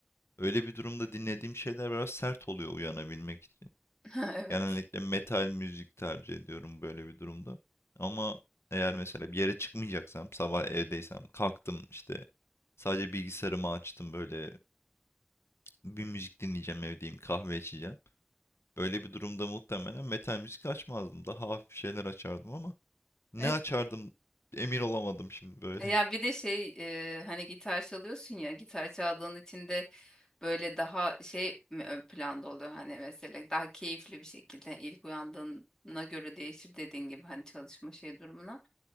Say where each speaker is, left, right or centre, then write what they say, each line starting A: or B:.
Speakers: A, on the left (about 85°); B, on the left (about 15°).
A: Öyle bir durumda dinlediğim şeyler biraz sert oluyor uyanabilmek için.
B: <laughs>
A: Genellikle
B: Evet.
A: metal müzik tercih ediyorum böyle bir durumda. Ama eğer mesela bir yere çıkmayacaksam, sabah evdeysem, kalktım işte sadece bilgisayarımı açtım böyle bir müzik dinleyeceğim evdeyim, kahve içeceğim. Böyle bir durumda muhtemelen metal müzik açmazdım. Daha hafif şeyler açardım ama ne
B: Evet.
A: açardım emin olamadım şimdi böyle.
B: Ya bir de şey e, hani gitar çalıyorsun ya gitar çaldığın için de böyle daha şey mi ön planda oluyor hani mesela daha keyifli bir şekilde ilk uyandığına göre değişir dediğin gibi hani çalışma şey durumuna.